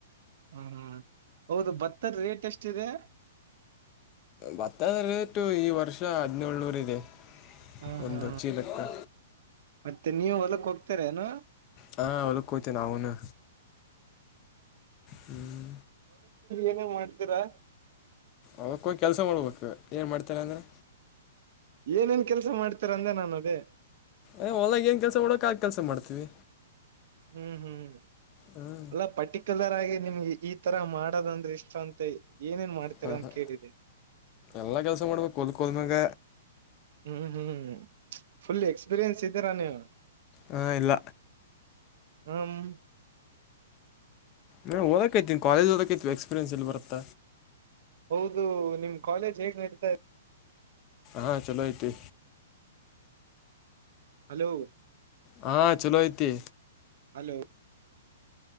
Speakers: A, on the right (about 65°); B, on the left (about 35°).
A: ಹ್ಮ ಹ್ಮ್ ಹೌದು ಭತ್ತರ್ ರೇಟ್ ಎಷ್ಟಿದೆ
B: ಭತ್ತದ ರೇಟು ಈ ವರ್ಷ ಹದಿನೇಳನೂರ ಇದೆ
A: ಹಾ
B: ಒಂದು
A: ಹಾ
B: ಚೀಲಕ್ಕೆ
A: ಮತ್ತೆ ನೀವ ಹೊಲಕ್ ಹೋಗ್ತರನು
B: ಹಾ ಒಲ ಕತ ನ ಅವನು ಹ್ಮ
A: ಏನ ಮಾಡ್ತೀರಾ
B: ಅವದಕ್ಕೋಗಿ ಕೆಲಸ ಮಾಡ್ಬೇಕು ಏನು ಮಾಡ್ತಾರೆ ಅಂದ್ರೆ
A: ಏನೇನ್ ಕೆಲ್ಸ ಮಾಡ್ತಾರ ಅಂದೆ ನಾನ ಅದೇ
B: ಯ ಹೊಲಾಗ ಏನ್ ಕೆಲ್ಸ ಮಾಡಕ್ ಆ ಕೆಲ್ಸ ಮಾಡ್ತೀವಿ
A: ಹ್ಮ್ ಹ್ಮ್
B: ಹ್ಞೂ
A: ಎಲ್ಲ ಪರ್ಟಿಕ್ಯುಲರ್ ಆಗಿ ನಿಮ್ಗೆ ಈ ತರ ಮಾಡದಂದ್ರೆ ಇಷ್ಟ ಅಂತ ಏನೇನ್ ಮಾಡ್ತೀರಾ
B: ಹ
A: ಅಂತ
B: ಹಾ
A: ಕೇಳಿದೆ
B: ಎಲ್ಲಾ ಕೆಲ್ಸ ಮಾಡ್ಬೇಕ ಕೊಲ್ಕೋಲ್್ಮ್ಯಾಗ
A: ಹ್ಮ್ ಹ್ಮ್ ಫುಲ್ ಎಕ್ಸ್ಪೀರಿಯನ್ಸ್ ಇದ್ದೀರಾ ನೀವು.
B: ಹಾಂ ಇಲ್ಲ
A: ಹ್ಮ್ಹ್.
B: ನಾ ಓದಕೈತ ಕಾಲೇಜ್ ಓದಕೈತಿವಿ ಎಕ್ಸ್ಪೀರಿಯನ್ಸ್ ಎಲ್ಲಿ ಬರುತ್ತ.
A: ಹೌದು ನಿಮ್ ಕಾಲೇಜ್ ಹೇಗ್ ನಡಿತಾ
B: ಹಾ ಚಲೋ ಐತಿ.
A: ಹಲೋ.
B: ಹಾ ಚಲೋ ಐತಿ.
A: ಹಲೋ.